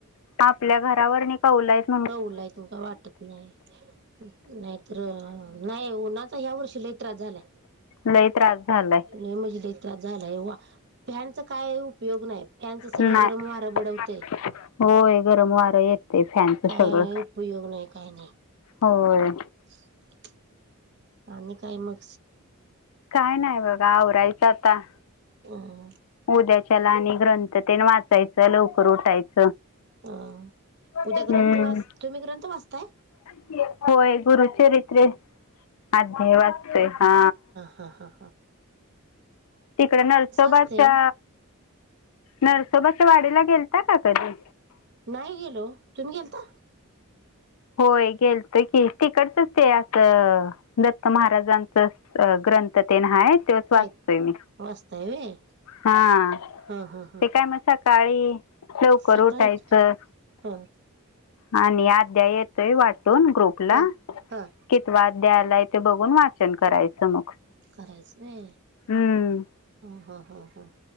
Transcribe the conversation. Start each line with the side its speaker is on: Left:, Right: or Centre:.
Left: आपल्या घरावरनीं कौल आहेत
Right: कौल आहेत मगं काय वाटत नाही. नाहीतर नाही उन्हाचा ह्या वर्षी लय त्रास झालाय.
Left: लय त्रास झालाय.
Right: लय म्हणजे लय त्रास झालाय वा फॅनचा काय उपयोग नाही. फॅनचं सगळं
Left: नाही
Right: गरम वारं बडवतय
Left: होय गरम वारं येत येतय फॅनच
Right: काय
Left: सगळं
Right: उपयोग नाही काय नाही
Left: होय.
Right: <inaudible> आणि काय मग?
Left: काय नाही बघा आवरायचं आता.
Right: हम्म हम्म.
Left: उद्याच्याला आणि ग्रंथ तेन वाचायचं लवकर उठायचं.
Right: अ
Left: हम्म
Right: उद्या ग्रंथ वाच तुम्ही ग्रंथ वाचताय?
Left: होय गुरुचरित्र अध्याय वाचतोय हा.
Right: हां हां हां.
Left: तिकड नरसोबाच्या
Right: असते ओ
Left: नरसोबाच्या वाडीला गेलता का कधी?
Right: नाही गेलो ओ तुम्ही गेलता?
Left: होय गेलतो की तिकडचच ते असं दत्त महाराजांच ग्रंथ तेन हायत तोयचं वाचतोय
Right: हायत
Left: मी
Right: वाचताय व्हय
Left: हा
Right: हा हा हा
Left: ते काय
Right: हा
Left: मगं स काळी लवकर
Right: सकाळी
Left: उठायचं
Right: हा
Left: आणि अध्याय येतोय वाटून ग्रुपला
Right: हा हा
Left: कितवा अध्याय आलाय ते बघून वाचन करायचं मग.
Right: करायचं व्हय
Left: हम्म.
Right: हा हा हा हा.